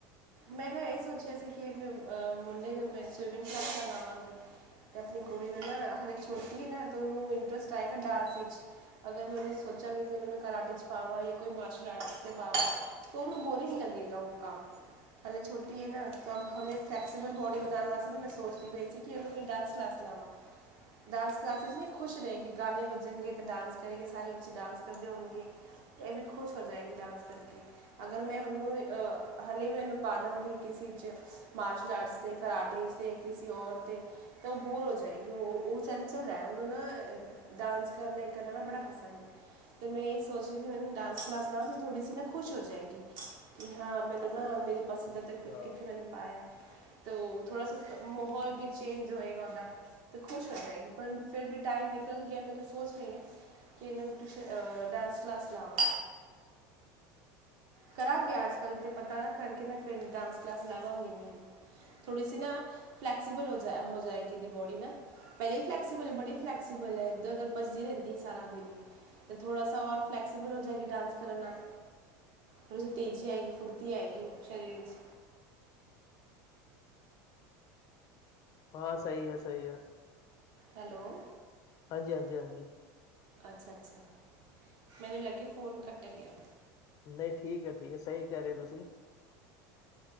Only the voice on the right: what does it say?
ਮੈਂ ਤਾਂ ਇਹ ਸੋਚਿਆ ਸੀ ਕਿ ਆਪਣੇ ਮੁੰਡੇ ਨੂੰ ਮੈਂ ਸਵੀਮਿੰਗ ਕਲਾਸ ਲਗਾਵਾਂਗੀ। ਤੇ ਆਪਣੀ ਕੁੜੀ ਨੂੰ ਨਾ ਹਾਲੇ ਛੋਟੀ ਹੇ ਨਾ ਤੇ ਉਹਨੂੰ ਇੰਟਰਸਟ ਆਏਗਾ ਡਾਂਸ ਇਚ ਅਗਰ ਮੈਂ ਉਹਨੂੰ ਸੋਚਾਂਗੀ ਕਿ ਉਹਨੂੰ ਕਰਾਟੇ ' ਪਾਵਾਂ ਜਾਂ ਕੋਈ ਮਾਰਸ਼ਲ ਆਰਟਸ 'ਚ ਪਾਵਾਂ ਉਹਨੂੰ ਬੋਰਿੰਗ ਲੱਗੇਗਾ ਉਹ ਕੰਮ ਹਲੇੇ ਛੋਟੀ ਹੈ ਨਾ ਹਲੇ ਫਲੈਕਸੀਬਲ ਬੋਡੀ ਬਣਾਉਣ ਵਾਸਤੇ ਤਾਂ ਮੈਂ ਸੋਚਦੀ ਪਈ ਸੀ ਕਿ ਉਹਨੂੰ ਮੈਂ ਡਾਂਸ ਕਲਾਸ ਲਾਵਾਂ ਡਾਂਸ ਕਲਾਸਿਸ 'ਚ ਨਹੀਂ ਖੁਸ਼ ਰਹੇਗੀ ਗਾਣੇ ਵੱਜਣਗੇ ਤਾਂ ਡਾਂਸ ਕਰੇਗੇ ਸਾਰੇ ਬੱਚੇ ਡਾਂਸ ਕਰਦੇ ਹੋਣਗੇ। ਇਹ ਵੀ ਖੁਸ਼ ਹੋ ਜਾਏਗੀ ਡਾਂਸ ਕਰਕੇ ਅਗਰ ਮੈਂ ਹਨੂੰ ਅ ਹਾਲੇ ਈ ਮੈ ਇਹਨੂੰ ਪਾ ਦਾਂਗੀ ਕਿਸੇ ਚ' ਮਾਰਸ਼ਲ ਆਰਟਸ ਦੇ ਕਰਟੇ ਤੇ ਕਿਸੇ ਔਰ ਤੇ ਤਾਂ ਉਹ ਬੋਰ ਹੋ ਜਾਏਗੀ ਉਹ ਉਹ ਚੰਚਲ ਹੈ ਉਹਨੂੰ ਨਾ ਡਾਂਸ ਕਰਨਾ ਕਰਨਾ ਨਾ ਬੜਾ ਪਸੰਦ ਹੈ। ਤੇ ਮੈਂ ਇਹੀ ਸੋਚ ਰਹੀ ਸੀ ਮੈਨੂੰ ਡਾਂਸ ਕਲਾਸ ਲਾਵਾਂ ਤਾਂ ਥੋੜ੍ਹੀ ਸੀ ਨਾ ਖੁਸ਼ ਹੋ ਜਾਏਗੀ। ਕਿ ਹਾਂ ਮੈਨੂੰ ਨਾ ਮੇਰੀ ਪਸੰਦਾ ਤਾਂ
ਕਿੱਥੇ ਮੈਨੂੰ ਪਾਇਆ ਤ ਉਹ ਥੋੜ੍ਹਾ ਸਾ ਉਸਕਾ ਮਾਹੌਲ ਵੀ ਚੇਂਜ ਹੋਏਗਾ ਉਹਦਾ ਤਾਂ ਖੁਸ਼ ਹੋ ਜਾਏਗੀ ਪਰ ਫਿਰ ਵੀ ਟਾਈਮ ਨਿਕਲ ਗਿਆ ਮੈਂ ਕਿਹਾ ਸੋਚ ਰਹੀ ਹਾਂ ਕਿ ਟਿਊਸ਼ਨ ਅ ਡਾਂਸ ਕਲਾਸ ਲਾਵਾਂ ਕਰਾਂਗੇ ਅੱਜ ਕੱਲ੍ਹ ਅਤੇ ਪਤਾ ਨਾ ਕਰਕੇ ਮੈਂ ਫਿਰ ਡਾਂਸ ਕਲਾਸ ਲਾਵਾਂਗੀ ਮੈਂ ਇਹਨੂੰ ਥੋੜੀ ਸੀ ਨਾ ਫਲੈਕਸੀਬਲ ਹੋ ਜਾ ਹੋ ਜਾਏਗੀ ਇਹਦੀ ਬੋਡੀ ਨਾ ਪਹਿਲੇ ਫਲੈਕਸਸੀਬਲ ਹੈ ਬੜੀ ਫਲੈਕਸਿਬਲ ਹੈ। ਇੱਧਰ ਉੱਧਰ ਭੱਜਦੀ ਰਹਿੰਦੀ ਏ ਸਾਰਾ ਦਿਨ ਅਤੇ ਥੋੜ੍ਹਾ ਰ ਫਲੈਕਸੀਬਲ ਹੋ ਜਾਏ ਕਿ ਡਾਂਸ ਕਰ ਨਾਲ ਥੋੜ੍ਹੀ ਜਿਹੀ ਤੇਜ਼ੀ ਆਏਗੀ, ਫੁਰਤੀ ਆਏਗੀ। ਸਰੀਰ ਵਿੱਚ
ਹੈਲੋ,
ਅੱਛਾ- ਅੱਛਾ, ਮੈਨੂੰ ਲੱਗੇ ਫੋਨ ਕੱਟ ਗਿਆ।